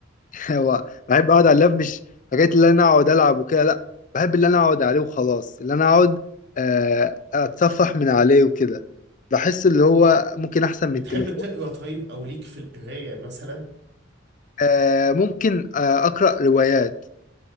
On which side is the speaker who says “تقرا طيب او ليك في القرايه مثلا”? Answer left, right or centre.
Right